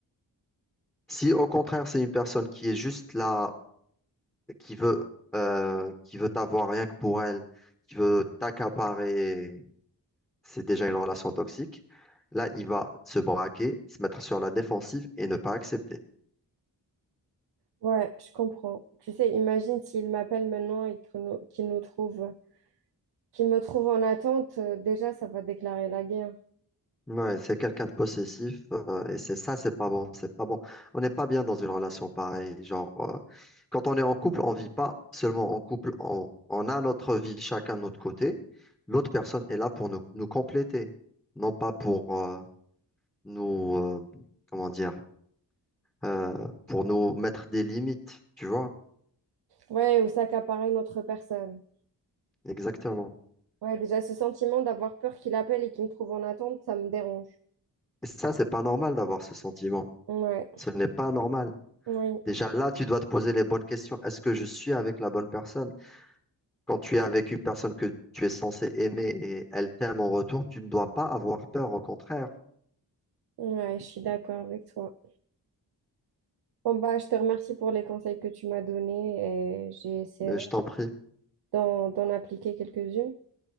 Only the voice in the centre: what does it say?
Si au contraire, c'est une personne qui est juste là, qui veut, euh, qui veut t'avoir rien que pour elle, qui veut t'accaparer, c'est déjà une relation toxique, là, il va se braquer, se mettre sur la défensive et ne pas accepter.
Ouais, c'est quelqu'un de possessif euh, et c'est ça, c'est pas bon, c'est pas bon. On n'est pas bien dans une relation pareille. Genre, euh, quand on est en couple, on vit pas seulement en couple, on, on a notre vie chacun de notre côté. L'autre personne est là pour nous, nous compléter, non pas pour euh, nous, euh, comment dire, euh, pour nous mettre des limites, tu vois,
exactement.
Et ça, c'est pas normal d'avoir ce sentiment.
Ce n'est pas normal.
Déjà là, tu dois te poser les bonnes questions. Est-ce que je suis avec la bonne personne? Quand tu es avec une personne que tu es censé aimer et elle t'aime en retour, tu ne dois pas avoir peur, au contraire.
Mais je t'en prie,